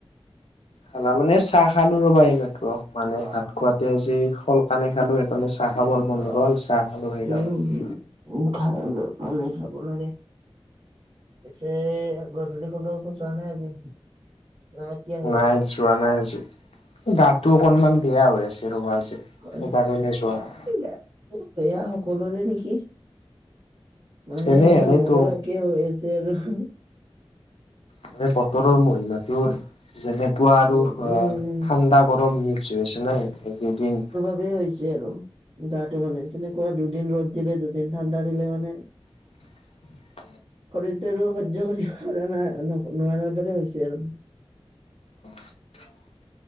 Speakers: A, on the left (about 85°); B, on the right (about 55°).
A: খালা মানে চাহ খালো ৰবা এইমাত্ৰ। মানে
B: অ
A: ভাত খোৱাতে আজি সোনকালে খালো সেইকাৰণে চাহ খাবৰ মন
B: অ
A: গ'ল চাহ খালো সেইকাৰণে।
B: উম উম ভাল, ভালে খাব লাগে। পিছে গধূলি কলৈকো যোৱা নাই আজি নে এতিয়াহে
A: নাই
B: যাবা?
A: যোৱা নাই আজি, গাটো অকনমান বেয়া হৈ আছে ৰ'ব আজি।
B: হয়
A: সেইকাৰণে যোৱা নাই।
B: বেয়া বেয়া সকলোৰে নেকি? মানে
A: এনে এনেইতো
B: মোৰো একে হৈ আছে আৰু!
A: মানে বতৰৰ মহিমাটোৰ যেনেকুৱা আৰু
B: উম
A: অ
B: উম
A: ঠাণ্ডা গৰম মিক্স হৈ আছে না এইকেইদিন।
B: চবেই হৈছে আৰু গাটো মানে কেনেকুৱা দুদিন ৰ'দ দিলে দুদিন ঠাণ্ডা দিলে মানে,
A: <inaudible>
B: শৰীৰটো আৰু শৈয্য কৰিব পৰা ন নোৱাৰাৰ দৰে হৈছে আৰু!
A: <inaudible>